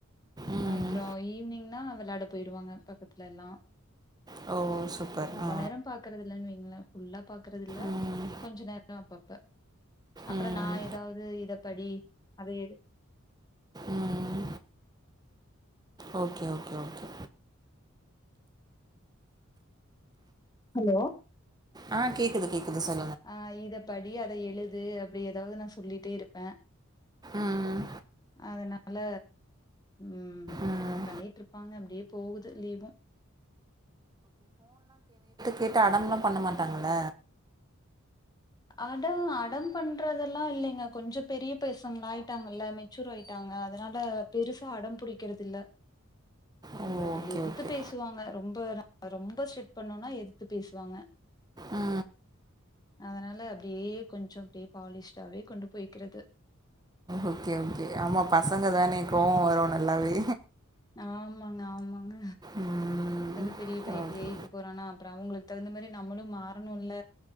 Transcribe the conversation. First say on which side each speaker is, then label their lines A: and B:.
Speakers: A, on the right; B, on the left.
A: ம்
B: அப்றோ ஈவ்னிங்னா விளாட யாட போயிருவாங்க பக்கத்துலல்லா
A: ஓ சூப்பர்
B: ரொம்ப
A: ஆ
B: நேரோ பாக்குறது இல்லன்னு வெயிங்களே ஃபுல்லா பாக்குறது இல்ல
A: ம்
B: கொஞ்ச நேரோ அப்பப்ப அப்றோ
A: ம்
B: நா எதாவது இத படி அத எடு
A: ம் ஓகே ஓகே ஓகே
B: ஹலோ
A: ஆ கேக்குது கேக்குது ச
B: ஆ இத படி அத எழுது அப்டி எதாவ்து நா சொல்லிட்டே இருப்பே
A: ம்
B: அதன ல ம்
A: ம்
B: அது பண்ணிட்ருப்பாங்க அப்டியே போகுது லீவு
A: கிட்ட அடம்லா பண்ண மாட்டாங்கள்ல
B: அடோ அடம் பண்றதெல்லா இல்லீங்க கொஞ்சோ பெரிய பெசங்களாயிட்டாங்கள்ல மெ ச்சூர் ஆயிட்டாங்க அதனால பெருசா அடம் புடிக்கிறதில்ல
A: ஓ
B: பட்டு
A: ஓகே
B: எதுத்து
A: ஓகே
B: பேசுவாங்க ரொம்பொ ந ரொம்ப ஸ்டிட் பண்ணோனா எதுத்து பேஸ் வாங்க
A: ஆ ஆ
B: அதனால அப்டியே கொஞ்சோ அப்டியே பாலிஷ்டாவே கொண்டு போய்கிறது
A: ஓகே ஓகே ஆமா பசங்க தானே கோவோ வரு நல்லாவே
B: ஆமாங்க ஆமாங்க
A: ம்
B: அது பெரிய பைய
A: ஓகே
B: இப்ப எய்த்து போறானா அப்றோ அவுங்குளு தகுந்த மாரி நம்மளு மாறணு இல்ல